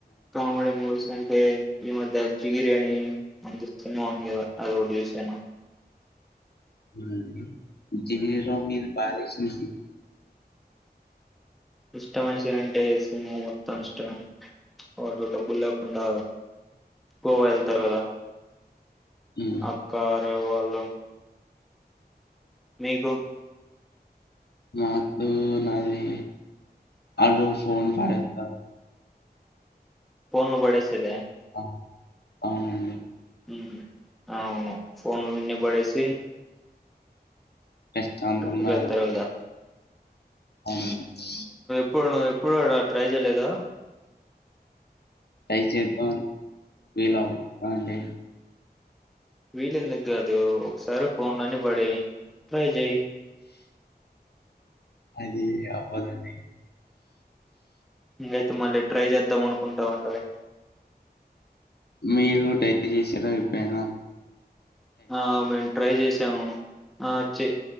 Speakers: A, in the centre; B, on the left.
A: కామెడీ మూవీస్ ఏ ఈ మధ్య అచ్చిగిరి అనీ మంచి సినిమా ఉంది కదా అది ఒకటి చూసాను.
B: హ్మ్ జీరోమి బదేస్ని
A: ఇష్ట మనిషి అంటే సింహ మొత్తం ఇష్టమై వాటో డబ్బులు లేకుండా గోవా ఎళ్తారు కదా
B: ఉమ్,
A: అక్కారు వాళ్ళు నీకు
B: నాతో నాది అలు ఫోన్ పడత్తర్
A: ఫోన్లు బడేసేద
B: ఆ, అవునండి
A: హ్మ్ అవును ఫోన్లన్నీ పడేసి
B: ప్రశాంతంగా
A: ట్రిప్కి వెళ్తరు కదా
B: అవునవును
A: ఇప్పుడు నువ్వు ఎప్పుడు ట్రై చేలేదా
B: దయచేద్ద వీలవ్ అండి
A: వీలెందుకు గాదు ఒకసారి ఫోన్లన్ని పడేయి ట్రై చేయ్
B: అది అవ్వదండి
A: అయితే మళ్ళీ ట్రై చేద్దాం అనుకుంటా ఉంటది
B: మీరు డైల్ చేసింరా ఎపుడైనా
A: ఆ మేము ట్రై చేసాము ఆ చె